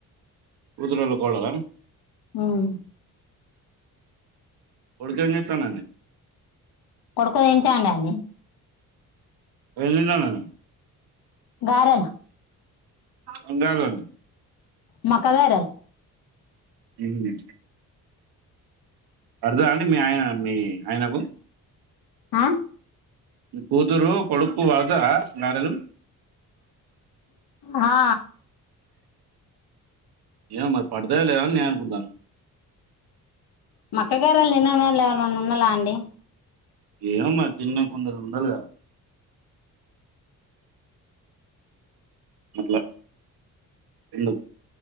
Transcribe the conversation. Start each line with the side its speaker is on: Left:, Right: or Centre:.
Right: కొతురోలా కోడల
Left: ఉమ్
Right: కోడుకు ఎం చేత్తడండి
Left: కొడుకు తింటాందండి
Right: ఏం తింట్టందండి
Left: గరల్
Right: అంటేడండి
Left: మక్కా గారల్
Right: ఉహు అర్థ అండి మీ ఆయన మీ ఆయనకు
Left: ఆ
Right: మీ కూతురు కొడుకు కడుతదా గారెలు
Left: హా
Right: ఏమొ మరి పడుతయో లేవ అని నేనుకుంటాన
Left: మక్క గారలు తిననోళ్ళు ఎవలన్న ఉన్నలా అండి
Right: ఏమో మరి తిననోళ్ళు కొందరు ఉంటలు గద అట్ల రెండు